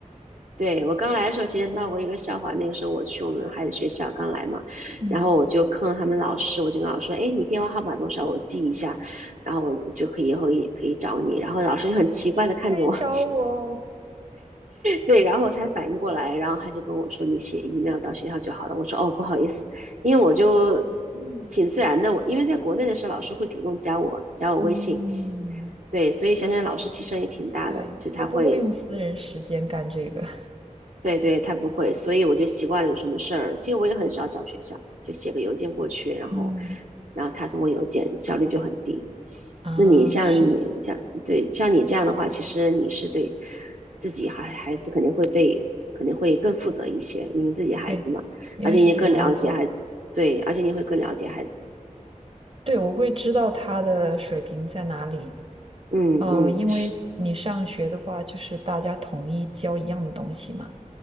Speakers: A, on the right; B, on the right.
A: 对，我刚来的时候，其实闹过一个笑话。那个时候我去我们孩子学校刚来嘛，
B: <laughs> 嗯，
A: 然后我就坑他们老师，我就跟老师说：“哎，你电话号码多少？我记一下，然后我就可以以后也可以找你。”然后老师就很奇怪的看着我，
B: 可以找我哦
A: <laughs> 对，然后我才反应过来，然后他就跟我说：“你写 email 到学校就好了。”我说：“哦，不好意思，因为我就
B: 嗯
A: 挺自然的，我因为在国内的时候，老师会主动加我加我微信，
B: 嗯，
A: 对，所以想想老师牺牲也挺大的，
B: 对，
A: 就他会
B: 他不会用私人时间干这个
A: 对对，他不会，所以我就习惯了有什么事儿，其实我也很少找学校，就写个邮件过去，
B: <laughs>
A: 然后，
B: 嗯
A: 然后他通过邮件效率就很低。
B: 啊，
A: 那你像你这样，
B: 是。
A: 对，像你这样的话，其实你是对自己孩孩子肯定会被肯定会更负责一些，因为自己孩子嘛，
B: 对，因为是自己还没错。
A: 而且你也更了解孩子，对，而且你会更了解孩子。
B: 对，我会知道他的水平在哪里。
A: 嗯嗯，
B: 嗯，因为你上学的话，
A: 是，
B: 就是大家统一教一样的东西嘛。